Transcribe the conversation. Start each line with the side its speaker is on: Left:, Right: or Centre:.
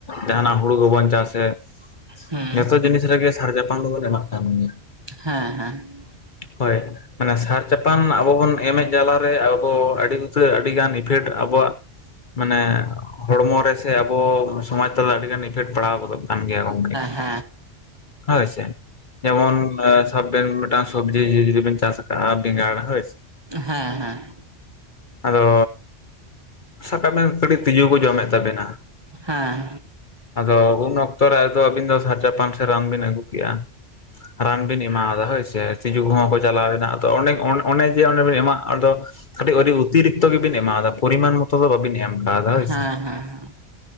Left: ᱡᱟᱦᱟᱸᱱᱟᱜ ᱦᱩᱲᱩ ᱠᱚᱵᱚᱱ ᱪᱟᱥᱮᱜ,
Right: ᱦᱩᱸ
Left: ᱡᱚᱛᱚ ᱡᱤᱱᱤᱥ ᱨᱮᱜᱮ ᱥᱟᱨ ᱪᱟᱯᱟᱱ ᱫᱚ ᱵᱚᱱ ᱮᱢᱟᱜ ᱠᱟᱱ ᱜᱮᱭᱟ ᱾
Right: ᱦᱮᱸ ᱦᱮᱸ ᱦᱮᱸ ᱦᱮᱸ ᱦᱮᱸ ᱦᱮᱸ ᱦᱮᱸ ᱦᱮᱸ ᱦᱮᱸ ᱦᱮᱸ ᱦᱮᱸ ᱦᱮᱸ ᱦᱮᱸ ᱦᱮᱸ
Left: ᱦᱳᱭ, ᱢᱟᱱᱮ ᱥᱟᱨ ᱪᱟ ᱯᱟᱱ ᱟᱵᱚ ᱵᱚᱱ ᱮᱢᱮᱫ ᱡᱟᱞᱟ ᱨᱮ ᱟᱫᱚ ᱟᱹᱰᱤ ᱩᱛᱟᱹᱨ ᱟᱹᱰᱤᱜᱟᱱ ᱤᱯᱷᱮᱠᱴ ᱟᱵᱚᱣᱟᱜᱼᱼ ᱢᱟᱱᱮ ᱦᱚᱲᱢᱚ ᱨᱮ ᱥᱮ ᱟᱵᱚ ᱥᱚᱢᱟᱡᱽ ᱛᱟᱞᱟ ᱟᱹᱰᱤ ᱜᱟᱱ ᱤᱯᱷᱮᱠᱴ ᱯᱟᱲᱟᱣ ᱜᱚᱫᱚᱜ ᱠᱟᱱ ᱜᱮᱭᱟ ᱜᱚᱝᱠᱮ,
Right: ᱦᱮᱸ ᱦᱮᱸ
Left: ᱦᱳᱭ ᱥᱮ ᱡᱮᱢᱚᱱ ᱥᱟᱵ ᱵᱮᱱ ᱢᱤᱫᱴᱟᱝ ᱥᱚᱵᱽᱡᱤ <inaudible> ᱡᱚᱫᱤ ᱵᱮᱱ ᱪᱟᱥ ᱟᱠᱟᱜᱼᱟ ᱵᱮᱸᱜᱟᱲ ᱦᱳᱭ
Right: ᱦᱮᱸ ᱦᱮᱸ᱾
Left: ᱟᱫᱚ, ᱥᱟᱵ ᱠᱟᱜ ᱵᱮᱱ ᱠᱟᱹᱴᱤᱡ ᱛᱤᱡᱩ ᱠᱚ ᱡᱚᱢᱮᱫ ᱛᱟᱵᱮᱱᱟ ᱾
Right: ᱦᱮᱸ᱾
Left: ᱟᱫᱚ ᱩᱱ ᱚᱠᱛᱚ ᱨᱮ ᱟᱫᱚ ᱟᱹᱵᱤᱱ ᱫᱚ ᱥᱟᱨ ᱪᱟᱯᱟᱱ ᱥᱮ ᱨᱟᱱ ᱵᱤᱱ ᱟᱹᱜᱩ ᱠᱮᱜᱼᱟ, ᱨᱟᱱ ᱵᱤᱱ ᱮᱢᱟᱣ ᱟᱫᱟ ᱦᱳᱭ ᱥᱮ ᱛᱤᱡᱩ ᱠᱚᱦᱚᱸ ᱠᱚ ᱪᱟᱞᱟᱣᱱᱟ ᱛᱚ ᱚᱱᱮᱠ ᱚᱱ ᱚᱱᱮ ᱡᱮ ᱚᱸᱰᱮ ᱵᱤᱱ ᱮᱢᱟᱜ ᱫᱚ ᱠᱟᱹᱴᱤᱡ ᱩᱨᱤ ᱩᱛᱤᱨᱤᱠᱛ ᱜᱮ ᱵᱤᱱ ᱮᱢᱟᱣᱫᱟᱨ ᱯᱚᱨᱤᱢᱟᱱ ᱢᱚᱛᱚ ᱫᱚ ᱵᱟᱵᱤᱱ ᱮᱢ ᱠᱟᱣᱫᱟ ᱦᱳᱭ
Right: ᱦᱮᱸ
Left: ᱥᱮ
Right: ᱦᱮᱸ